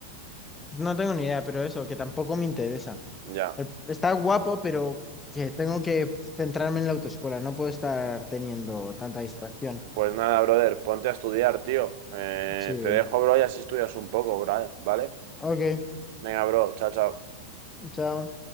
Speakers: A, on the left; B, on the right.
A: No tengo ni idea, pero eso, que tampoco me interesa.
B: Ya.
A: El- Está guapo, pero que tengo que centrarme en la autoescuela. No puedo estar teniendo tanta distracción.
B: Pues nada, brother, ponte a estudiar, tío. Eh,
A: Sí.
B: te dejo, bro, y así estudias un poco, bro, ¿vale?
A: Ok,
B: Venga, bro, chao, chao.
A: chao.